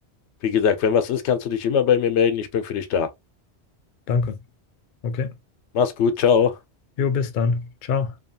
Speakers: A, on the left; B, on the left.
A: Wie gesagt, wenn was ist, kannst du dich immer bei mir melden. Ich bin für dich da.
B: Danke. Okay.
A: Mach's gut, ciao.
B: Jo, bis dann. Ciao.